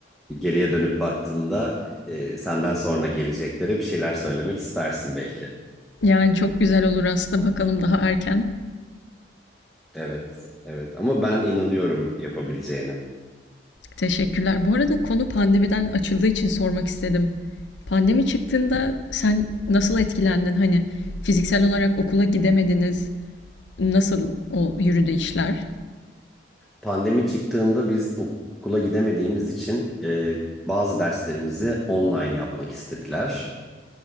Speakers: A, in the centre; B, on the left (about 85°).
A: geriye dönüp baktığında e, senden sonra geleceklere bir şeyler söylemek istersin belki.
B: Yani çok güzel olur aslında bakalım daha erken.
A: Evet, evet. Ama ben inanıyorum yapabileceğine.
B: Teşekkürler. Bu arada konu pandemiden açıldığı için sormak istedim. Pandemi çıktığında sen nasıl etkilendin? Hani fiziksel olarak okula gidemediniz. Nasıl o yürüdü işler?
A: Pandemi çıktığında biz okula gidemediğimiz için e, bazı derslerimizi online yapmak istediler.